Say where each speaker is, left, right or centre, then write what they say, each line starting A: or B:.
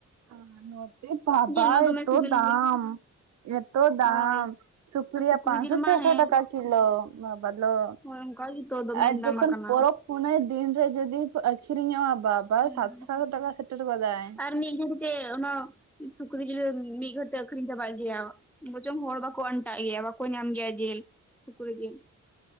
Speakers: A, on the right; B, in the centre.
A: ᱟ ᱱᱚᱛᱣ ᱵᱟᱵᱟ
B: ᱡᱤᱞ ᱢᱟ ᱫᱚᱢᱮ
A: ᱮᱛᱚ
B: ᱥᱤᱵᱤᱞ
A: ᱫᱟᱢ
B: ᱜᱮᱭᱟ
A: ᱮᱛᱚ ᱫᱟᱢ
B: ᱦᱳᱭ
A: ᱥᱩᱠᱨᱤᱭᱟ
B: ᱥᱩᱠᱨᱤ
A: ᱯᱟᱸᱥᱚ
B: ᱡᱤᱞ ᱢᱟ
A: ᱪᱷᱚᱥᱚ
B: ᱦᱮᱸ
A: ᱴᱟᱠᱟ ᱠᱤᱞᱳ ᱵᱟᱵᱟᱞᱳ,
B: ᱦᱳᱭ ᱚᱱᱠᱟ ᱜᱮᱛᱚ ᱫᱚᱢᱮ
A: ᱟᱨ ᱡᱚᱠᱷᱚᱱ
B: ᱫᱟᱢ ᱟᱠᱟᱱᱟ
A: ᱯᱚᱨᱚᱵ ᱯᱩᱱᱟᱹᱭ ᱫᱤᱱ ᱨᱮ ᱡᱩᱫᱤ ᱟᱹᱠᱷᱤᱨᱧᱚᱜᱼᱟ ᱵᱟᱵᱟ
B: ᱦᱩᱸ
A: ᱨᱮ ᱥᱟᱛᱥᱚ ᱴᱟᱠᱟ ᱥᱮᱴᱮᱨ ᱜᱚᱫᱟᱭ ᱾
B: ᱟᱨ ᱢᱤᱫ ᱜᱷᱟᱹᱲᱤᱡ ᱛᱮ ᱚᱱᱟ ᱥᱩᱠᱨᱤ ᱡᱤᱞ ᱢᱤᱫ ᱜᱷᱟᱹᱲᱤ ᱛᱮ ᱟᱠᱷᱨᱤᱧ ᱪᱟᱵᱟᱜ ᱜᱮᱭᱟ ᱾ ᱵᱚᱪᱚᱝ ᱦᱚᱲ ᱵᱟᱠᱚ ᱟᱱᱴᱟᱜ ᱜᱮᱭᱟ ᱵᱟᱠᱚ ᱧᱟᱢ ᱜᱮᱭᱟ ᱡᱤᱞ, ᱥᱩᱠᱨᱤ ᱡᱤᱞ ᱾